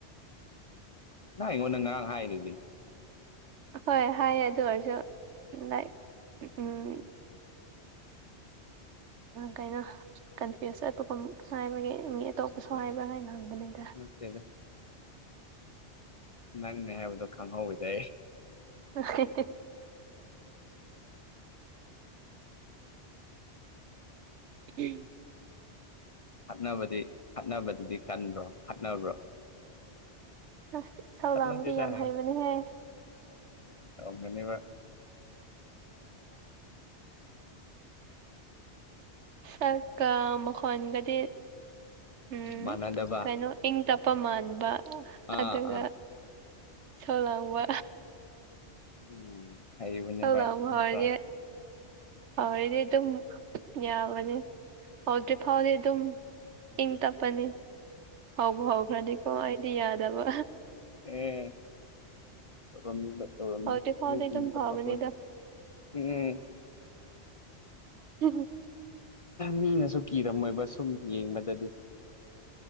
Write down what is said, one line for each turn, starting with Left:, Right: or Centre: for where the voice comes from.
Left: ꯅꯍ ꯑꯩꯉꯣꯟꯗ ꯉꯔꯥꯡ ꯍꯥꯏꯗꯨꯗꯤ
Right: ꯍꯣꯏ ꯍꯥꯏꯌꯦ ꯑꯗꯨ ꯑꯣꯏꯔꯁꯨ ꯂꯥꯏ ꯎꯝ ꯀꯩꯅꯣ ꯀꯟꯐ꯭ꯌꯨꯁ ꯆꯠꯄꯒꯨꯝ ꯁꯥꯏꯕꯒꯤ ꯃꯤ ꯑꯇꯣꯞꯄꯁꯨ
Left: ꯅꯠꯇꯦꯗꯣ
Right: ꯍꯥꯏꯕ꯭ꯔꯥ ꯍꯥꯏꯅ ꯍꯪꯕꯅꯤꯗ
Left: ꯅꯠꯇꯦꯗ ꯅꯪꯦ ꯌꯥꯎꯗꯨꯣ ꯈꯪꯍꯧꯗꯦ
Right: ꯑꯦ ꯎꯝ
Left: ꯈꯠꯅꯕꯗꯤ ꯈꯠꯅꯕꯗꯨꯗꯤ ꯀꯟꯕ꯭ꯔꯣ ꯈꯠꯅꯕ꯭ꯔꯣ
Right: ꯑꯁ ꯏꯁꯧ ꯂꯥꯡꯕꯗꯤ
Left: ꯅꯗꯤꯗ
Right: ꯌꯥꯝ
Left: ꯍꯥꯏ
Right: ꯍꯩꯕꯅꯦꯍꯦ
Left: ꯑꯅꯅꯤꯕ
Right: ꯑꯥ ꯀ ꯃꯈꯣꯟꯒꯗꯤ ꯎꯝ
Left: ꯃꯥꯟꯅꯗꯕ
Right: ꯀꯩꯅꯣ ꯏꯪ ꯇꯞꯄ ꯃꯥꯟꯕ
Left: ꯑꯥ
Right: ꯑꯗꯨꯒ
Left: ꯑꯥ
Right: ꯁꯣ ꯂꯥꯡꯕ
Left: ꯎꯝ ꯍꯩꯕꯅꯦꯕ
Right: ꯆꯜꯗ ꯐꯔꯒꯤ
Left: ꯅꯠꯇ꯭ꯔꯥ
Right: ꯍꯔꯗꯤ ꯑꯗꯨꯝ ꯌꯥꯕꯅꯤ ꯍꯧꯗ꯭ꯔꯤ ꯐꯥꯎꯗꯤ ꯑꯗꯨꯝ ꯏꯪ ꯇꯞꯄꯅꯤ ꯍꯥꯎꯕ ꯍꯧꯈ꯭ꯔꯗꯤꯀꯣ ꯑꯩꯗꯤ ꯌꯥꯗꯕ
Left: ꯎꯝ ꯇꯧꯔꯝꯅꯤꯕ ꯇꯧꯔꯝꯅꯤ
Right: ꯍꯧꯗ꯭ꯔꯤ ꯐꯥꯎꯗꯤ
Left: ꯃꯤ
Right: ꯑꯗꯨꯝ
Left: ꯏꯅꯤ
Right: ꯐꯕꯅꯤꯗ
Left: ꯇꯞꯄ ꯈꯣꯏ ꯎꯝꯝ
Right: ꯎꯝ
Left: ꯃꯤꯅꯁꯨ ꯀꯤꯔꯝꯃꯣꯏꯕ ꯁꯨꯝ ꯌꯦꯡꯕꯗꯗꯤ